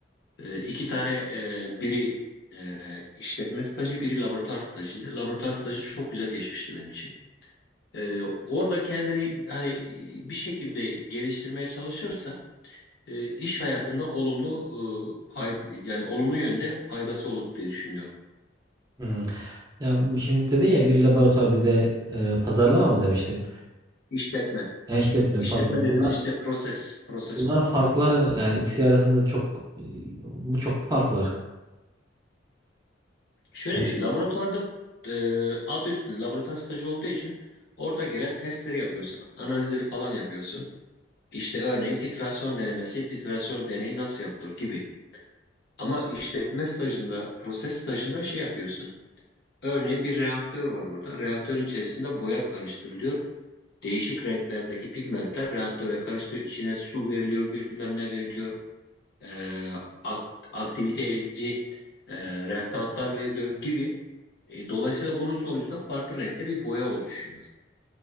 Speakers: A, on the left; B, on the right.
A: Ee, iki tane e, biri e, işletme stajı, biri laboratuvar stajıydı. Laboratuvar stajı çok güzel geçmişti benim için. Ee, orada kendini hani bir şekilde geliştirmeye çalışırsa e, iş hayatında olumlu e, fayda, yani olumlu yönde faydası olur diye düşünüyorum.
B: Hmm. Ya şimdi dedin ya bir laboratuvar bir de e, pazarlama mı demiştin?
A: İşletme.
B: Ya işletme
A: İşletme
B: pardon.
A: dediğimiz
B: Bunlar
A: işte proses, proses
B: bunların
A: kontrolü.
B: farkları yani ikisi arasında çok e, bu çok fark var.
A: Şöyle
B: Evet.
A: bir şey, laboratuvarda e, adı üstünde laboratuvar stajı olduğu için orada gelen testleri yapıyorsun, analizleri falan yapıyorsun. İşte örneğin titrasyon denemesi, titrasyon deneyi nasıl yapılır gibi. Ama işletme stajında, proses stajında şey yapıyorsun. Örneğin bir reaktör var orada. Reaktörün içerisinde boya karıştırılıyor. Değişik renklerdeki pigmentler reaktöre karıştırıyor. İçine su veriliyor, bilmem ne veriliyor. e, ak- aktivite edici e, reaktantlar veriliyor gibi. E, dolayısıyla bunun sonucunda farklı renkte bir boya oluşuyor.